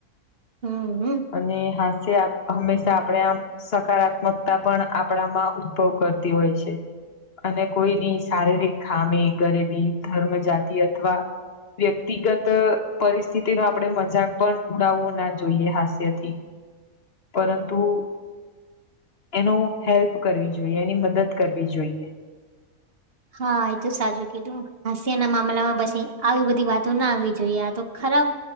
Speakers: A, on the right; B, on the left.
A: હમ્મ હમ્મ.
B: અને હાસ્ય હંમેશા આપણે આમ સકારાત્મકતા પણ આપણામાં ઉદ્ભવ કરતી હોય છે. અને કોઈની શારીરિક ખામી ગરીબી ધર્મ જાતિ અથવા વ્યક્તિગત પરિસ્થિતિ નો આપણેે મજાક પણ ઉડાવવો ના જોઈએ હાસ થી પરંતુ એનો હેલ્પ કરવી જોઈએ એની મદદ કરવી જોઈએ.
A: હા એ તો સાચું કીધું હાસિયા ના મામલામાં પછી આવી બધી વાતો ના આવવી જોઈએ આ તો ખરાબ